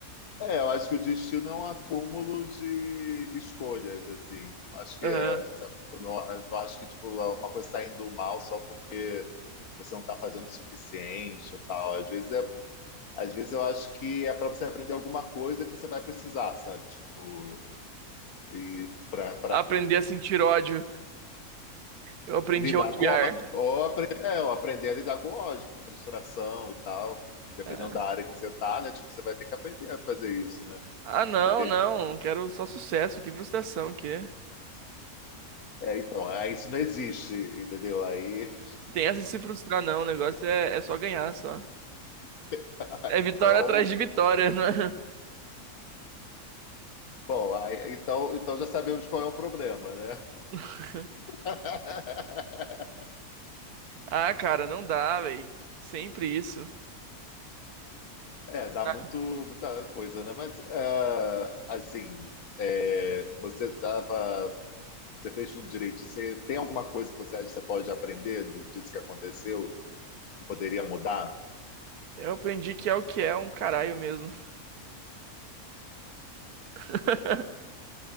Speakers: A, on the left; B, on the right.
A: é, eu acho que o destino é um acúmulo de escolhas, assim. Não acho que
B: Aham.
A: é, sabe, tipo, não, não acho que tipo, uma coisa está indo mal só porque você não está fazendo o suficiente ou tal. Às vezes, é, às vezes eu acho que é para você aprender alguma coisa que você vai precisar, sabe? Tipo, e para
B: Aprender a sentir ódio. Eu aprendi
A: Lidar
B: a odiar.
A: com ódio, ou, apre- é, ou aprender a lidar com ódio, com frustração e tal, dependendo
B: Ah,
A: da área que você tá, né? Tipo, você vai ter que aprender a fazer isso, né?
B: Ah, não,
A: Você vai ter-
B: não. Quero só sucesso. Que frustração que.
A: É, então, aí isso não existe, entendeu? Aí,
B: Tem essa de se frustrar, não. O negócio é, é só ganhar, só.
A: <laughs>
B: É
A: então,
B: vitória atrás de vitória, né?
A: bom, aí, então, então já sabemos qual é o problema, né?
B: <laughs>
A: <laughs>
B: Ah, cara, não dá, velho. Sempre isso.
A: É, dá
B: Ah,
A: muito, muita coisa, né? Mas, ah, assim, é, você tava, você fez tudo direito. Você tem alguma coisa que você acha que você pode aprender do- disso que aconteceu, que poderia mudar?
B: Eu aprendi que é o que é um caralho mesmo. <laughs>